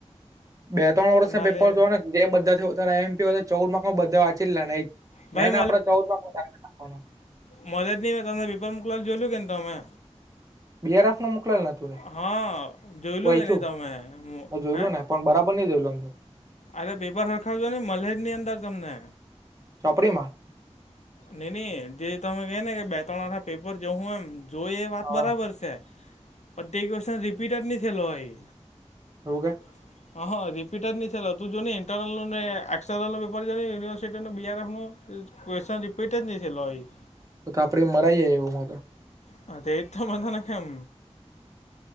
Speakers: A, on the right; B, on the left.
A: બે ત્રણ વર્ષ
B: પન્નાલે
A: ના પેપર જોઆ ને જે બધાથી હો એમ ચૌદમાંમાં બધા વાંચીલા નઈ
B: ભાઈ
A: મેન આપડે ચૌદ રાખવાનો.
B: મલે જ નહીં મે તમને પેપર મોકલાવેલું જોયલુ કે ને તમે
A: બીઆરએફ નું મોકલેલ ને તુંએ
B: હા જોયલું
A: વાંયચું
B: કે નહી તમે
A: મેં જોયલું
B: હે
A: ને પણ બરાબર ન જોયેલોને
B: અરે પેપર હરખાવજો ન મલ્હેજ ની અંદર તમને
A: ચોપડીમાં
B: નીની જે તમે કહે ને કે બે ત્રણ વાર આ પેપર જો હું એમ જો એ વાત
A: હા
B: બરાબર છે પણ તે ક્વેશ્ચન રિપીટ જ નહી થયેલો હોય
A: એવું કે
B: <inaudible> અ હ રિપિટજ ની થેલો તુ જોની ઇન્ટર્નલ નું ને એક્સર્નલનો પેપર જો ને યુનિવર્સિટીનું બીઆરએફનું ક્વેશ્ચન રિપીટ જ નહી થેલો હોય.
A: તો આપડે મરાઈ જાય એવું માતો
B: હા તો એજ તો મેં તને કેમ.